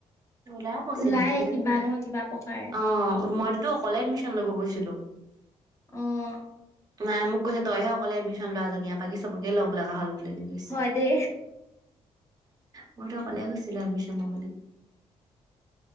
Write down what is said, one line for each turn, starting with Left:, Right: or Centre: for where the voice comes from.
Right: ওলাব
Left: ওলায়ে
Right: চিনাকি কেইজনী
Left: কিবা নহয় কিবা প্ৰকাৰে
Right: অ মইতোতো অকলে এডমিশন ল'ব গৈছো হলো
Left: আহ
Right: ম মোক কৈছে তইহে অকলে এডমিশনোৱাজনীয়া বাকী চবকে লগা হল বুলি এনেকে কৈছে।
Left: হয় দে
Right: মইতো অকলে গৈছিলো এডমিশন ল'বলৈ